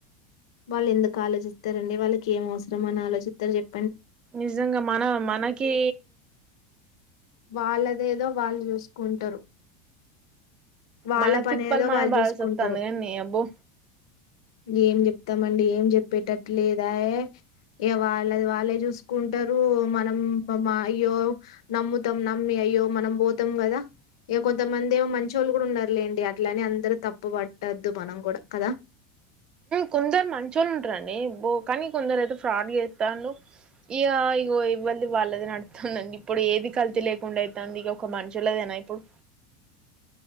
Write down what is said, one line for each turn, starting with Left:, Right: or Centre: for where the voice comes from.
Left: వాళ్ళు ఎందుకు ఆలోచిస్తారండి వాళ్ళకి ఏం అవసరం అని ఆలోచిస్తారు చెప్పారు
Right: నిజంగా మన మనకి
Left: వాళ్ళదేదో వాళ్ళు చూసుకుంటారు వాళ్ళ
Right: మన
Left: పని
Right: తిప్పల్
Left: ఏదో
Right: మనం
Left: వాళ్ళు
Right: పడాల్సొస్తుంది
Left: చూసుకుంటారు
Right: కాదనే అబ్బో
Left: ఏం ఏం చెప్తామండి ఎమ్ చెప్పేటట్లు లేదయే ఇక వాళ్ళది వాళ్ళే చూసుకుంటారు మనం మా అయ్యో నమ్ముతాం నమ్మి అయ్యో మనం పోతాం కదా ఇక కొంతమంది ఏమో మంచోళ్లు కూడా ఉన్నారు లేండి అట్లాని అందరిని తప్పు పట్టద్దు మనం కూడా కదా
Right: కొందరు మంచోళ్ళు ఉంటారండి కానీ కొందరు అయితే ఫ్రాడ్ చేస్తాండ్రు ఇక ఇగో ఎవ్వరిది వాళ్ళదే నడుతాంది అండి ఇప్పుడు ఏది కల్తీ లేకుండా అతాంది ఇక ఒక మనుషులదేనా ఇప్పుడు